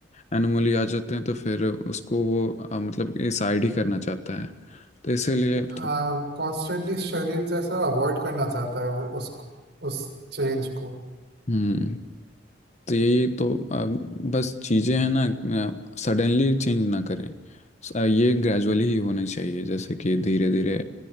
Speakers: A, on the left; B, on the right.
A: एनोमली आ जाते हैं तो फिर उसको वो आ, मतलब ये साइड ही करना चाहता है तो इसीलिए
B: हाँ
A: थो-
B: कॉन्स्टेंटली शरीर जैसे अवॉइड करना चाहता है वो उस उस चेंज को
A: हम्म तो यही तो आ, बस चीज़ें हैं ना सडनली चेंज ना करें स- आ, ये ग्रेजुअली ही होना चाहिए जैसे कि धीरे धीरे